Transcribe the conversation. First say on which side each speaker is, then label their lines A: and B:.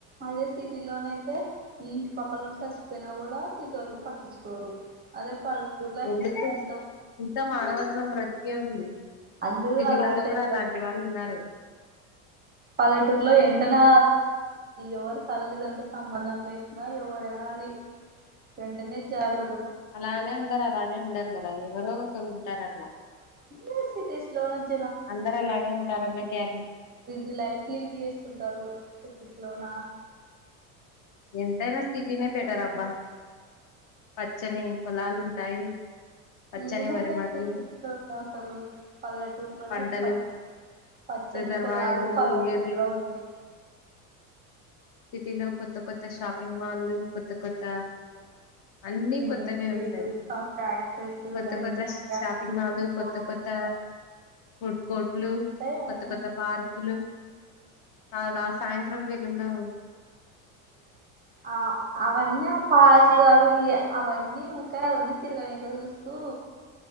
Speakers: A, on the right; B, on the left.
A: అదే సిటీలోనయితే ఇంటి పక్కలోల్లు సచ్చిపోయినా గూడా సిటోళ్ళు పట్టించుకోరు అదే పల్లెటూర్లో
B: ఎందుకు
A: ఐతే
B: ఇంకా మానవత్వం బ్రతికే ఉంది
A: అందరూ
B: సిటీలలో
A: అలర్ట్
B: కూడా
A: అయితారు
B: అలాంటి వాళ్ళు ఉన్నారు
A: పల్లెటూరులో ఎంటనా ఎవరు తల్లితండ్రి సంబంధం లేకున్నా ఎవరైనా ని వెంటనే జాగ్ర
B: అలానే అందరు అలానే ఉండరు కదా ఎవరో ఒకరు ఉంటారు అట్లా
A: <unintelligible>
B: అందరు అలానే ఉంటారన్న గ
A: బీసీ లైఫ్ లో ఇది చేస్తుంటారు సిపిస్ లోనా
B: ఎంతైనా సిటీనే బెటర్
A: ఉంటారు
B: అబ్బా పచ్చని పోలాలు ఉంటాయి పచ్చని
A: ఏముంటాయి
B: వరిమడ్లు
A: టకెట్ దొరకవు అసలు పల్లెటూర్లోనే
B: పంటలు
A: ప పచ్చని
B: రిజర్వాయర్లు
A: పొలాలు పల్లెటూర్లో
B: ఏర్లు
A: ఎక్కువ ఉంటాయి
B: సిటీలో కొత్త కొత్త షాపింగ్ మాల్లు కొత్త కొత్త అన్ని
A: ఇండస్ట్రీస్
B: కొత్తవే ఉంటాయి.
A: ఫ్యాక్టరీస్
B: కొత్త
A: అన్ని
B: కొత్త
A: ఫ్యాక్టరీస్
B: షాపింగ్ మాల్ కొత్త
A: పో
B: కొత్త ఫుడ్ కోర్ట్లు,
A: ఉంటాయని
B: కొత్త కొత్త పార్కులు అలా సాయంత్రం వెళ్ళల్లో
A: ఆ అవన్న పార్కులు అవి అవన్నీ ఉకావన్నీ తిరుగానీకు చస్తూ